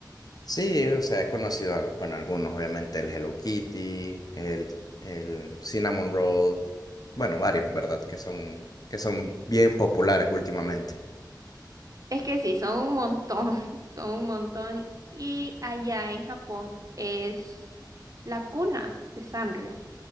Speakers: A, on the left; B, on the right.
A: Sí, o sea, he conocido, al- bueno, algunos, obviamente, el Hello Kitty, el, el Cinnamon Roll, bueno, varios, ¿verdad? Que son, que son bien populares últimamente.
B: Es que sí, son un montón, <laughs> son un montón. Y allá en Japón es la cuna de Sanrio.